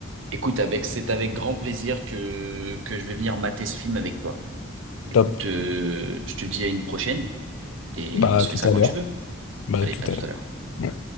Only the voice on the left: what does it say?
Top.
Bah,
à tout
à
l'heure.
Bah, à
tout
à l'heure.
Ouais.